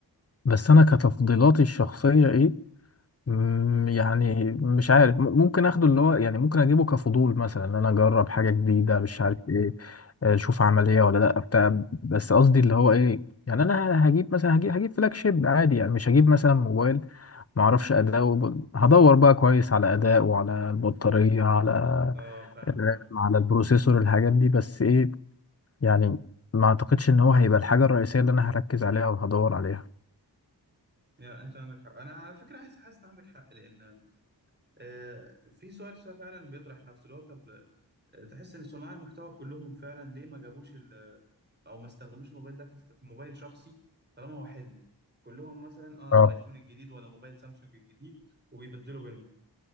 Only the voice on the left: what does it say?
بس أنا كتفضيلاتي الشخصية إيه مم، يعني مش عارف م- ممكن اخده اللي هو يعني ممكن اجيبه كفضول مثلا ان انا اجرب حاجه جديده مش عارف ايه آه، اشوف عمليه ولا لا بتاع بس قصدي اللي هو ايه يعني انا هجيب مثلا هجيب هجيب فلاج شيب عادي يعني مش هجيب مثلا موبايل ما اعرفش اداء وب- هدور بقى كويس على اداء وعلى البطاريه على
الرام
على البروسيسور الحاجات دي بس ايه يعني ما اعتقدش ان هو هيبقى الحاجه الرئيسيه اللي انا هركز عليها او هدور عليها
اه